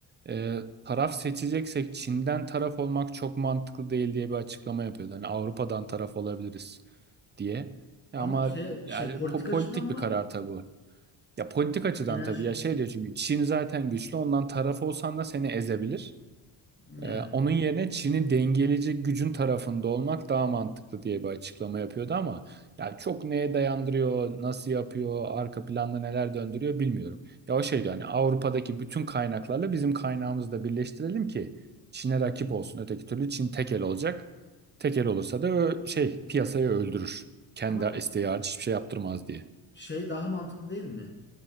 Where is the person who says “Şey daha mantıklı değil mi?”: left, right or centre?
Left